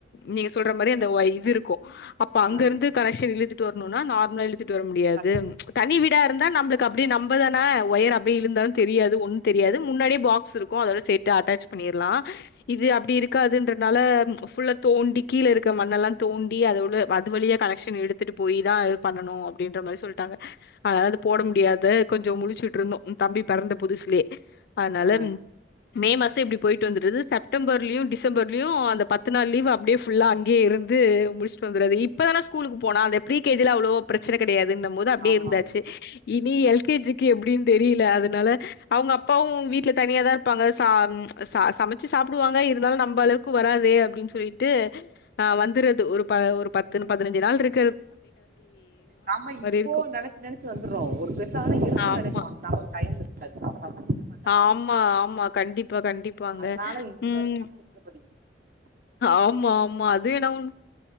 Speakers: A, on the left; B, on the right.
A: நீங்க சொல்ற மாரி அந்த இது இருக்கும் அப்ப அங்க
B: ஆ
A: இருந்து கனெக்ஷன் இழுத்துட்டு வரணும்னா நார்மலா இழுத்துட்டு வர முடியாது
B: கஷ்டம்
A: தனி வீடா இருந்தா நம்பளுக்கு அப்டி நம்ப தானே ஒயர் அப்டி இழுந்தாலும் தெரியாது ஒன்னும் தெரியாது முன்னாடியே பாக்ஸ் இருக்கும் அதோட செட் டு அட்டாச் பண்ணிர்லா இது அப்டி இருக்காதுன்றனால ஃபுல்ல தோண்டி கீழே இருக்க மண்ணெல்லாம் தோண்டி அதோட அது வழிய கனெக்ஷன் எடுத்துட்டு போய் தான் இது பண்ணணு அப்டின்ற மாரி சொல்ட்டாங்க அதனால அது போட முடியாது கொஞ்ச முழச்சுட்டு இருந்தோம் தம்பி பெறந்த புதுசுலயே அதனால
B: ஆ
A: மே மாசம் இப்டி போயிட்டு வந்தருது செப்டம்பர்லயும் டிசம்பர்லயும் அந்த பத்து நாள் லீவ் அப்டியே ஃபுல்லா அங்கேய இருந்து முடிச்சிட்டு வந்துறது இப்பதானே ஸ்கூலுக்கு போனா அந்த ப்ரீ கே ஜி லா அவ்ளோ ப்ரெச்சன கடையாதுந்த மோது அப்டியே
B: ஆமா
A: இருந்தாச்சு
B: ஆமா
A: இனி எல் கே ஜிக்கு எப்டின்னு தெரியில அதனால அவுங்க அப்பாவும் வீட்ல தனியா தான் பாங்க சா ச சமைச்சு சாப்பிடுவாங்க இருந்தாலும் நம்ம அளவுக்கு க்கு வராதே அப்டின்னு சொல்லிட்டு அ வந்துறது ஒரு ப ஒரு பத்து பதினஞ்சு நாள் இருக்கு
B: நம்ப இப்போ
A: இருக்கு
B: நெனச்சு நெனச்சு வந்துறோம் ஒரு பெருசான இருக்குன்னு
A: ஆமா
B: நனைப்போம் நாம டைம் இருக்காது நம்ம
A: ஆமா ஆமா கண்டிப்பா கண்டிப்பாங்க
B: அதனால இப்ப
A: ம்
B: இருந்தாலு இருந்தபடி
A: ஆமா ஆமா அதேனவுன்